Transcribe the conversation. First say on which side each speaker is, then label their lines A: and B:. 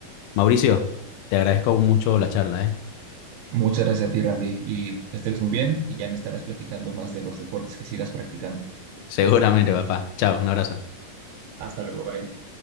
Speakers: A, on the left; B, on the right.
A: Mauricio, te agradezco mucho la charla, ¿eh?
B: Muchas gracias a ti, Randy, y que estés muy bien y ya me estarás platicando más de los deportes que sigas practicando.
A: <laughs> Seguramente, papá. Chao, un abrazo.
B: Hasta luego, bye.